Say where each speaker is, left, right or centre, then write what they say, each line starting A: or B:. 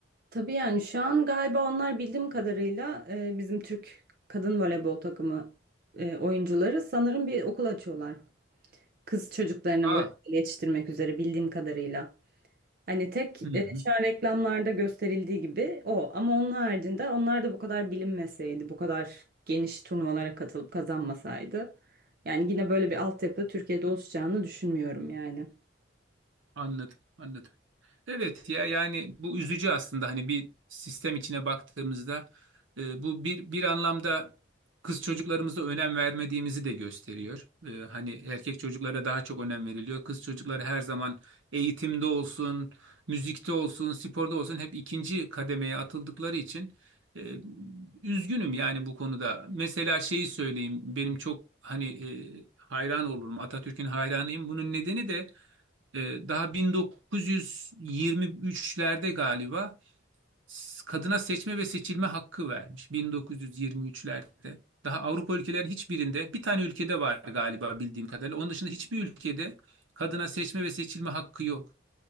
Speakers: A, on the right; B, on the right.
A: Tabii yani şu an galiba onlar bildiğim kadarıyla e, bizim Türk kadın voleybol takımı e, oyuncuları sanırım bir okul açıyorlar. Kız çocuklarına
B: Aa,
A: voleybol yetiştirmek üzere bildiğim kadarıyla. Hani tek e,
B: hı hı,
A: şu an reklamlarda gösterildiği gibi o. Ama onun haricinde onlar da bu kadar bilinmeseydi, bu kadar geniş turnuvalara katılıp kazanmasaydı. Yani yine böyle bir altyapı Türkiye'de oluşacağını düşünmüyorum yani.
B: anladım, anladım. Evet ya yani bu üzücü aslında hani bir sistem içine baktığımızda e, bu bir bir anlamda kız çocuklarımıza önem vermediğimizi de gösteriyor. E, hani erkek çocuklara daha çok önem veriliyor. Kız çocukları her zaman eğitimde olsun, müzikte olsun, sporda olsun hep ikinci kademeye atıldıkları için e, üzgünüm yani bu konuda. Mesela şeyi söyleyeyim benim çok hani e, hayran olurum Atatürk'ün hayranıyım. Bunun nedeni de ee, daha 1923'lerde galiba s- kadına seçme ve seçilme hakkı vermiş 1923'lerde. Daha Avrupa ülkelerin hiçbirinde bir tane ülkede var galiba bildiğim kadarıyla. Onun dışında hiçbir ülkede kadına seçme ve seçilme hakkı yok.